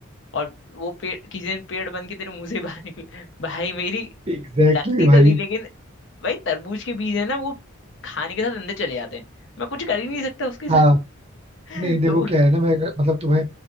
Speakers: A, on the left; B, on the right.
A: और वो पेड़ किसी दिन पेड़ बन के तेरे मुंह से बाहर निकले भाई मेरी
B: एग्जैक्टली
A: लगती
B: exactly
A: तो
B: भाई
A: थी लेकिन भाई तरबूज के बीज है ना वो खाने के साथ अंदर चले जाते हैं मैं कुछ कर ही नहीं सकता उसके साथ
B: हाँ
A: <laughs>
B: नहीं देखो
A: तो
B: क्या है ना मैं अगर- मतलब तुम्हें